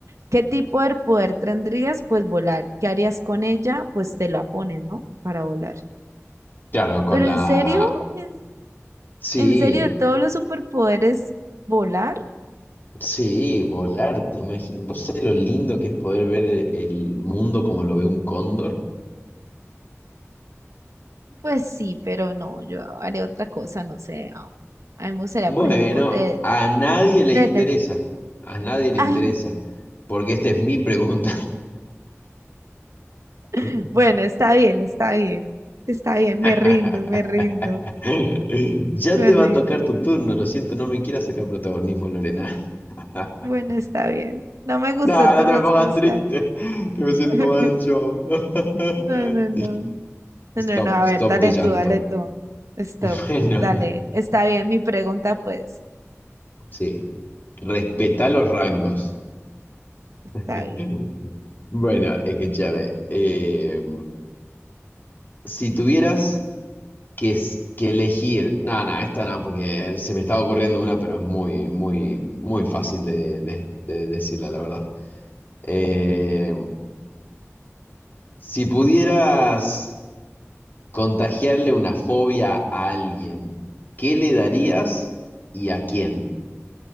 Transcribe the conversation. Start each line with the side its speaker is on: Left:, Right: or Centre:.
Right: ¿Qué tipo de poder tendrías? Pues volar. ¿Qué harías con ella? Pues te la pones, ¿no? Para volar.
Left: Claro, con
Right: Pero
Left: la...
Right: en serio, en,
Left: Sí,
Right: en serio, de todos los superpoderes, volar,
Left: sí, volar. ¿Te imagi- ¿Vos sabés lo lindo que es poder ver el el mundo como lo ve un cóndor?
Right: pues sí, pero no, yo haría otra cosa, no sé. A a mí me gustaría,
Left: Bueno,
Right: por ejemplo, te,
Left: a nadie le
Right: tele...
Left: interesa. A nadie le
Right: Ay,
Left: interesa. Porque esta es mi pregunta.
Right: <laughs>
Left: <laughs>
Right: bueno, está bien, está bien, está bien,
Left: <laughs>
Right: me rindo, me rindo,
Left: Ya
Right: me
Left: te va
Right: rindo.
Left: a tocar tu turno, lo siento, no me quieras sacar protagonismo, Lorena. <laughs>
Right: Bueno, está bien. No me gustó
Left: No, no
Right: tu
Left: te
Right: respuesta.
Left: me pongas triste, que me siento
Right: <laughs>
Left: mal yo. <laughs>
Right: No,
Left: Ay.
Right: no, no. No, no,
Left: Stop,
Right: no, a
Left: stop
Right: ver, dale
Left: de llanto.
Right: tú, dale tú. Stop,
Left: <laughs> Bueno,
Right: dale. Está bien, mi pregunta, pues,
Left: sí. Respeta los rangos.
Right: está
Left: <laughs>
Right: bien.
Left: Bueno, escúchame. eh, si tuvieras que, es- que elegir. No, no, esta no, porque se me estaba ocurriendo una, pero es muy, muy, muy fácil de, de- de decirla, la verdad. Eh, si pudieras contagiarle una fobia a alguien, ¿qué le darías y a quién?